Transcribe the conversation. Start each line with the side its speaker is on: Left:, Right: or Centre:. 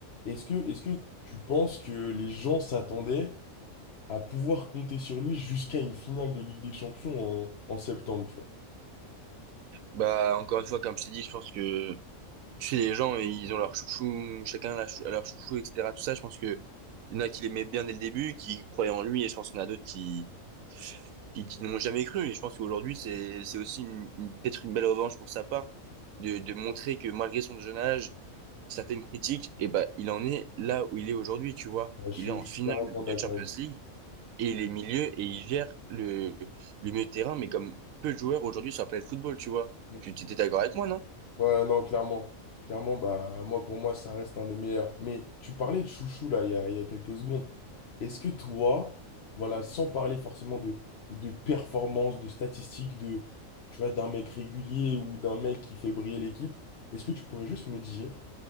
Left: Est-ce que, est-ce que tu penses que les gens s'attendaient à pouvoir compter sur lui jusqu'à une finale de Ligue des Champions en, en septembre, tu vois?
Right: Bah, encore une fois, comme je t'ai dit, je pense que chez les gens, ils ont leur chouchou, chacun a leur chou- a leur chouchou, etc. Tout ça, je pense que il y en a qui l'aimaient bien dès le début, qui croyaient en lui, et je pense qu'il y en a d'autres qui, qui, qui ne m'ont jamais cru. Et je pense qu'aujourd'hui, c'est, c'est aussi une, une- peut-être une belle revanche pour sa part de, de montrer que malgré son jeune âge, certaines critiques, et ben, il en est là où il est aujourd'hui, tu vois.
Left: Ouais, je
Right: Il
Left: suis,
Right: est en
Left: je suis
Right: finale
Left: carrément
Right: de
Left: d'accord
Right: Champions
Left: avec toi.
Right: League et il est milieu et il gère le, le milieu de terrain, mais comme peu de joueurs aujourd'hui sur la planète football, tu vois.
Left: Mm.
Right: Tu tu étais d'accord avec moi, non?
Left: Ouais, non, clairement. Clairement, bah, moi, pour moi, ça reste un des meilleurs. Mais tu parlais de Chouchou, là, il y a, il y a quelques secondes. Est-ce que toi, voilà, sans parler forcément de, de performance, de statistiques, de, tu vois, d'un mec régulier ou d'un mec qui fait briller l'équipe, est-ce que tu pourrais juste me dire